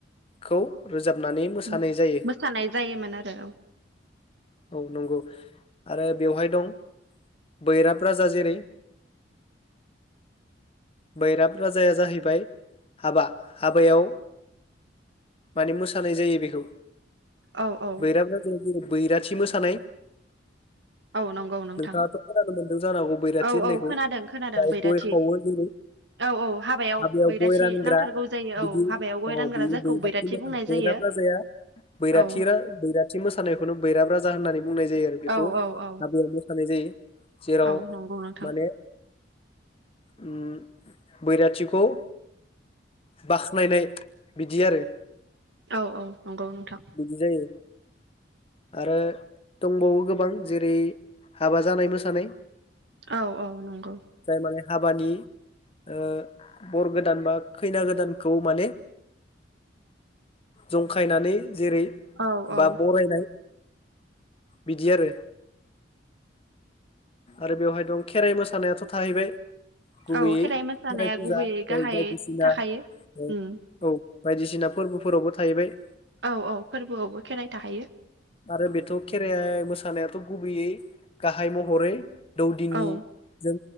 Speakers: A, on the left (about 30°); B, on the right (about 70°).
A: खौ जाबनानै मोसानाय
B: उम
A: जायो
B: मोसानाय जायोमोन आरो
A: औ नंगौ आरो बेवहाय दं बैराब राजा जेरै बैराब राजाया जाहैबाय हाबा हाबायाव माने मोसानाय जायो बेखौ
B: औ औ
A: बैराब राज <unintelligible> बैराथि मोसानाय
B: औ नंगौ नोंथां
A: नोंथाङाथ खोनानो मोनदों जानोहागौ बैराथि
B: औ
A: होननायखौ
B: औ खोनादों खोनादों
A: जाय
B: बैराथि
A: गय खावो दिनै
B: औ औ
A: हाबायाव
B: बैराथि
A: गय रानग्रा
B: नांथारगौ जायो
A: बिदि
B: औ हाबायाव गय
A: अ
B: रानग्रा
A: बि
B: जायखौ
A: बैराथि मोसानायखौ
B: बुंनाय जायो
A: बैराबाफ्रा जाया बैराथि
B: औ
A: रा बैराथि मोसानायखौनो बैरा राजा होननानै बुंनाय जायो आरो बेखौ
B: औ औ औ
A: हाबायाव मोसानाय जायो। जेराव
B: औ नंगौ नोंथां।
A: माने उम बैराथिखौ बाख्नायनाय बिदि आरो
B: औ औ नंगौ नोंथां।
A: बिदि जायो आरो दंबावो गोबां जेरै हाबा जानाय मोसानाय
B: औ औ नंगौ
A: जाय माने हाबानि ओ बर गोदान बा खैना गोदानखौ माने जंखायनानै जेरै
B: औ
A: बा
B: औ
A: बरायनाय बिदि आरो आरो बेवहाय दं खेराइ मोसानायाथ थाहैबाय गुबैयै
B: औ खेराइ
A: खेराय
B: मोसानाया
A: फुजा
B: गुबैयै गाहायै
A: बायदिसिना
B: थाखायो
A: ओ औ
B: उम
A: बायदिसिना फोरबोफोरावबो थाहैबाय
B: औ औ फोरबोआवबो खेराइ थाखायो।
A: आरो बेथ' खेराइ मोसानायाथ गुबैयै गाहाय महरै दौदिनि
B: औ
A: जों